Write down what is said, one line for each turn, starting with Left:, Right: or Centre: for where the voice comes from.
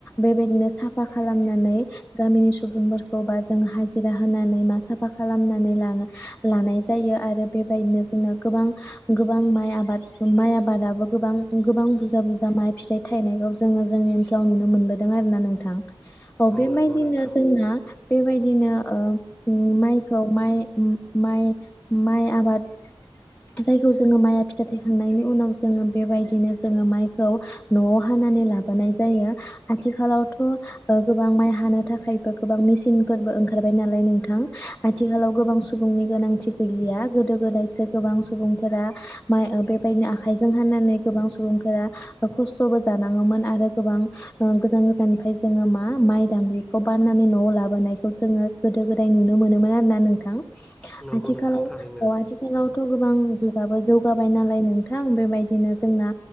Left: बेबायदिनो साफा खालाम नानै गामिनि सुबुंफोरखौ बाज जों हाजिरा होनानै मा साफा खालामनानै लानो लानाय जायो आरो बेबायदिनो जोंनो गोबां गोबां माइ आबाद माइ आबादाबो गोबां गोबां बुरजा बुरजा माइ फिथाइ थायनायखौ जोङो जोंनि ओनसोलाव नुनो मोनबोदों आरोना नोंथां औ बेबायदिनो
Centre: नंगौ नोंथां
Left: जोंना बेबायदिनो माइखौ माइ माइ माइ आबाद जायखौ जोङो माइआ फिथ थायखांनायनि उनाव जोङो बेबायदिनो जोङो माइखौ न'आव हानानै लाबोनाय जायो आथिखालावथ' गोबां माइ हानो थाखायबो गोबां मेसिनफोरबो ओंखार ओंखारबाय नालाय नोंथां आथिखाालाव गोबां सुबुंनि गोनांथि गै या गोदो गोदायसो गोबां सुबुंफोरा माय बेबायदिनो आख खायजों हाननानै गोबां सुबुंफोरा खस्थ'बो जानाङोमोन आरो गोबां ओ गोजान गोजाननिफ्राय जोङो मा माइ दांग्रिखौ बाननानै न'आव लाबोनायखौ जोङो गोदो गोदाय नुनो मोनोमोन आरोना नोंथां।
Centre: नंगौ
Left: आथिखालाव
Centre: नोंथां थारैनो
Left: औ आथिखालावथ' त' गोबां जुगाबो जौगाबाय नालाय नोंथां बेबायदिनो जोंना